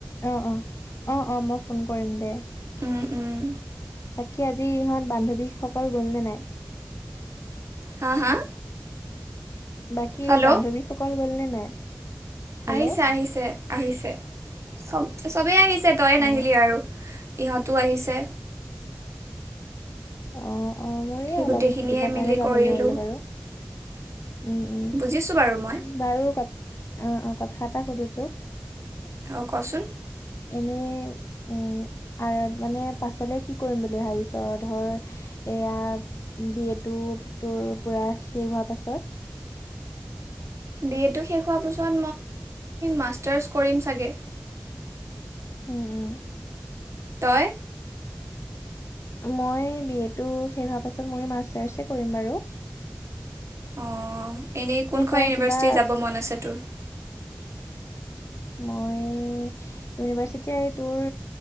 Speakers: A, on the left; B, on the right.
A: অ অ অ অ মই ফোন কৰিম দে।
B: উম, উম,
A: বাকী আজি ইহঁত বান্ধৱীসকল গ'লনে নাই?
B: হা হা
A: বাকী
B: হেল্ল'
A: বান্ধৱীসকল গ'লনে নাই? হেল্ল'
B: আহিছে, আহিছে, আহিছে। চব চবেই আহিছে তই নাহিলি
A: অ
B: আৰু ইহঁটো আহিছে।
A: অ অ মোৰে
B: সেই
A: অলপ
B: গোটেইখিনিয়ে
A: অসুবিধাৰ
B: মিলি
A: কাৰণে যাব
B: কৰিলোঁ
A: নোৱাৰিলোঁ বাৰু। উম উম
B: বুজিছোঁ বাৰু মই
A: বাৰু ক অ অ কথা এটা সুধো তোক
B: অঁ কচোন।
A: এনেই উম আৰু মানে পাছলে কি কৰিম বুলি ভাবিছ ধৰ এয়া বি এটো তোৰ পুৰা শেষ হোৱা পাছত
B: বি এটো শেষ হোৱাৰ পিছত মাষ্টাৰছ কৰিম চাগে।
A: উম উম।
B: তই?
A: মই বি এটো শেষ হোৱাৰ পাছত মই মাষ্টাৰ্চে কৰিম বাৰু।
B: অ' এনেই কোনখন
A: তই
B: ইউনিভাৰ্চিটি
A: কিবা
B: যাব মন আছে তোৰ?
A: <unintelligible> মই ইউনিভাৰ্চিটি তোৰ